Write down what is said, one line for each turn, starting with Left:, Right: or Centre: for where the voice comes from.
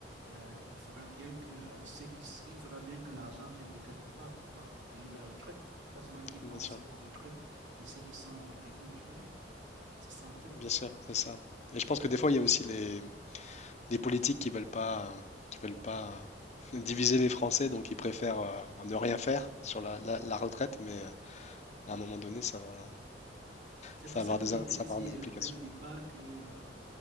Right: Euh, il faudra bien que euh, qui, il faudra bien que l'argent vienne de quelque part pour, pour payer leur retraite. Pas seulement qu'ils pensent
Left: Bien sûr.
Right: aux retraites de ceux qui sont retraités aujourd'hui. C'est ça en fait.
Left: Bien sûr, c'est ça. Et je pense que des fois, il y a aussi les, les politiques qui veulent pas, qui veulent pas <laughs> euh, diviser les Français, donc ils préfèrent euh, ne rien faire sur la, la- la retraite, mais euh, à un moment donné, ça va,
Right: C'est
Left: ça
Right: pour
Left: va
Right: ça
Left: avoir
Right: que
Left: des,
Right: j'étais
Left: in- ça
Right: dit
Left: va avoir des implications.
Right: euh, dès le départ que euh,